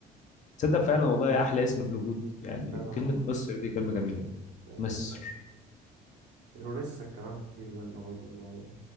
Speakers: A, on the left; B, on the right.
A: تصدق
B: أم-
A: فعلا والله احلى اسم في الوجود يعني
B: فعلا والله
A: كلمة مصر دي كلمة جميلة
B: جميلة
A: مصر
B: فعلا يعني ولسه الكلام كتير بينا برضه